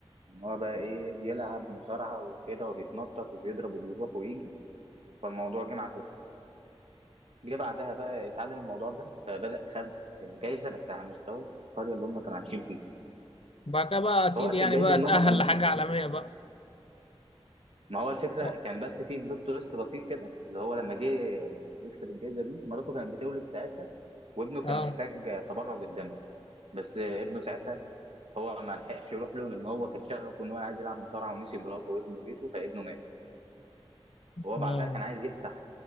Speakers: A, on the right; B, on the left.
A: ان هو بقى ايه بيلعب مصارعه وكده وبيتنطط وبيضرب وبيروح ويجي فالموضوع جه مع جه بعدها بقى اتعلم الموضوع ده فبدأ خد جايزة بس على مستوى القرية اللي هم كانوا عايشين فيها
B: بعد كده بقى اكيد
A: فوقت
B: يعني
A: الجايزة
B: بقى
A: اللي
B: اتأهل
A: هم كان
B: لحاجة عالمية بقى
A: ما هو الفكرة
B: و-
A: كان بس في بلوت تويست بسيط كده اللي هو لما جه يكسب الجايزة دي مراته كانت بتولد ساعتها وابنه
B: اه
A: كان محتاج تبرع بالدم بس ابنه ساعتها هو ما لحقش يروح له لأن هو كان شغفه إن هو عايز يلعب مصارعة ونسي مراته وابنه وبيته فابنه مات وهو
B: اه
A: بعدها كان عايز يفتح